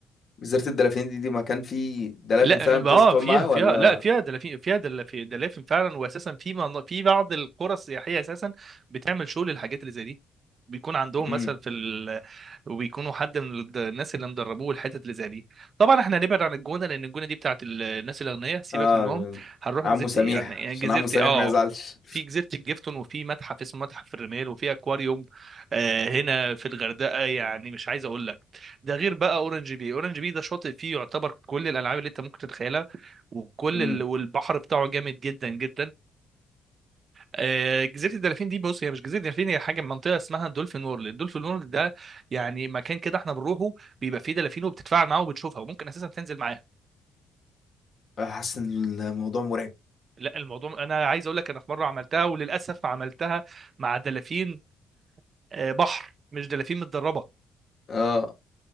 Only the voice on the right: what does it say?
لا
اه
فيها
فيها
لا فيها دلافين فيها دلافين دلافين فعلا واساسا في من- في بعض القرى السياحيه اساسا بتعمل شغل الحاجات اللي زي دي بيكون عندهم
مثلا في ال... وبيكونوا حد من الد- الناس اللي مدربوه الحتت اللي زي دي طبعا احنا هنبعد عن الجونه لان الجونه دي بتاعت ال- الناس الاغنياء سيبك
منهم هنروح
جزيره
يعني يعني
جزيره
اه
في جزيره الجيفتون وفي متحف اسمه متحف الرمال وفي اكواريوم آه هنا في الغردقه يعني مش عايز اقول لك ده غير بقى اورنج بي اورنج بي ده شاطئ فيه يعتبر كل الالعاب اللي انت ممكن تتخيلها وكل
ال... والبحر بتاعه جامد جدا جدا آه، جزيره الدلافين دي بص هي مش جزيره الدلافين هي حاجه منطقه اسمها دولفين وورلد الدولفين وورلد ده يعني مكان كده احنا بنروحه بيبقى فيه دلافين وبتتفاعل معاها وبتشوفها وممكن اساسا تنزل معاها
لا الموضوع انا عايز اقول لك انا في مره عملتها وللاسف عملتها مع دلافين آه، بحر مش دلافين متدربه